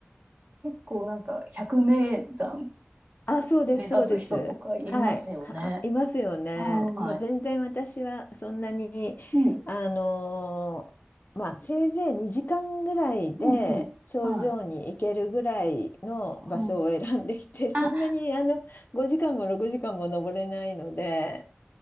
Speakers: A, on the right; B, on the left.
A: 結構なんか百名山
B: あ、そうです、
A: 目指す人とかいますよね。
B: そうです。はい、は、いますよね。
A: はい。
B: まあ、全然私はそんなに、
A: うん。
B: あのーまあ、せいぜい2時間ぐらいで頂上に行けるぐらいの場所を選んでいて、
A: うん、うん。はい。うん。
B: そんなにあの5時間も6時間も登れないので、
A: あ、